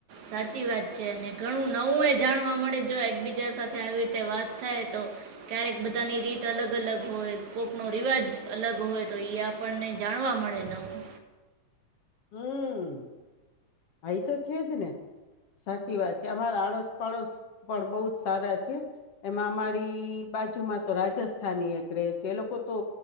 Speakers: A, on the right; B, on the left.
A: સાચી વાત છે અને ઘણું નવું એ જાણવા મળે જો એકબીજા સાથે આવી રીતે વાત થાય તો ક્યારેક બધાની રીત અલગ અલગ હોય કોક નો રિવાજ અલગ હોય તો એ આપણને જા ણવા મળે નવું
B: હમ્મ આઈ તો છે જ ને સાચી વાત છે અમારા આડોસ પાડોશ પણ બહ જ સારા છે એમાં અમારી બાજુમાં તો રાજસ્થાની એક રહે છે એ લોકો તો